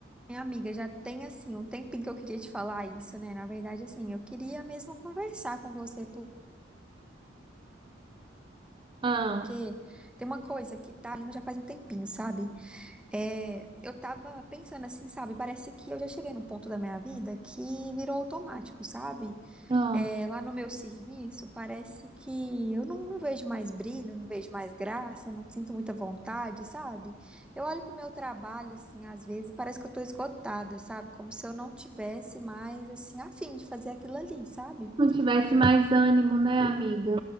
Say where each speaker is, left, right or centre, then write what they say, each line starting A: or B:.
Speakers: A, in the centre; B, on the right.
A: minha amiga, já tem, assim, um tempinho que eu queria te falar isso, né? Na verdade, assim, eu queria mesmo conversar com você, por-
B: Ah,
A: porque tem uma coisa que tá indo já faz um tempinho, sabe? É, eu tava pensando assim, sabe? Parece que eu já cheguei num ponto da minha vida que virou automático, sabe?
B: ah,
A: É, lá no meu serviço, parece que eu não, não vejo mais brilho, não vejo mais graça, não sinto muita vontade, sabe? Eu olho pro meu trabalho, assim, às vezes, e parece que eu tô esgotada, sabe? Como se eu não tivesse mais, assim, a fim de fazer aquilo ali, sabe?
B: não tivesse mais ânimo, né, amiga?